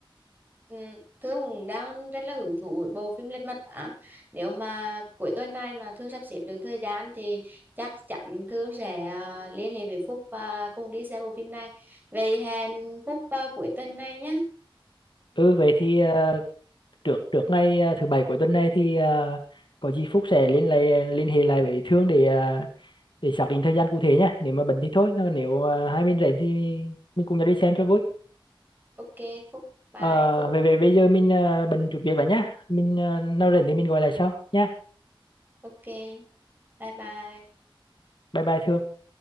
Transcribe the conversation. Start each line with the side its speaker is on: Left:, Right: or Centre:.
Right: Ừ, Thương cũng đang rất là hứng thú với bộ phim Lật Mặt 8 Nếu mà cuối tuần này mà Thương sắp xếp được thời gian thì chắc chắn Thương sẽ à, liên hệ với Phúc và cùng đi xem bộ phim này Vậy hẹn Phúc vào cuối tuần này nhé
Left: Ừ vậy thì ờ, trước trước ngày ờ, thứ bảy cuối tuần này thì ờ, có gì Phúc sẽ liên lại liên hệ lại với Thương để ờ, để xác định thời gian cụ thể nhá nếu mà bận thì thôi nếu ờ, hai bên rảnh thì mình cùng nhau đi xem cho vui
Right: Ok Phúc bye
Left: Ờ,
Right: Phúc
Left: vậy, vậy bây giờ mình uh, bận chút việc rồi nhá. Mình ờ, nào rảnh thì mình gọi lại sau nhá.
Right: ok bye bye
Left: Bye bye Thương.